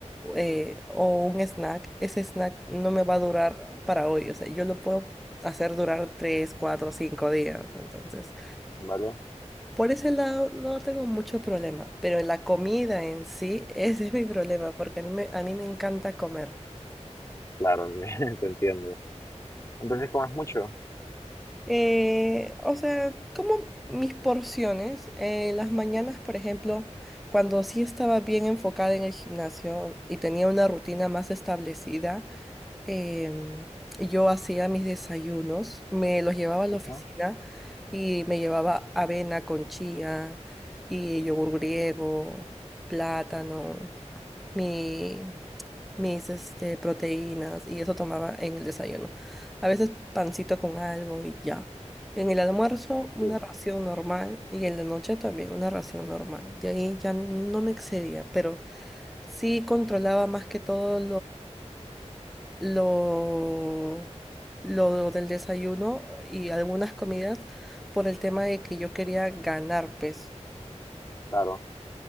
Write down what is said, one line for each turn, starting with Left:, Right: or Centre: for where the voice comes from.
Centre: eh, o un snack, ese snack no me va a durar para hoy. O sea, yo lo puedo hacer durar tres, cuatro, cinco días. Entonces,
Left: ¿vale?
Centre: por ese lado no tengo mucho problema, pero en la comida en sí, <laughs> ese es mi problema, porque a mí me, a mí me encanta comer.
Left: Claro, <laughs> te entiendo. Entonces comes mucho.
Centre: Eh, o sea, como mis porciones, eh, las mañanas, por ejemplo, cuando sí estaba bien enfocada en el gimnasio y tenía una rutina más establecida, em, yo hacía mis desayunos, me los llevaba a la
Left: Ajá,
Centre: oficina y me llevaba avena con chía y yogur griego, plátano, mi- mis este, proteínas y eso tomaba en el desayuno. A veces pancito con algo y ya. En el almuerzo una
Left: Sí,
Centre: ración normal y en la noche también una ración normal. De ahí ya no me excedía, pero sí controlaba más que todo lo, lo del desayuno y algunas comidas por el tema de que yo quería ganar peso
Left: claro.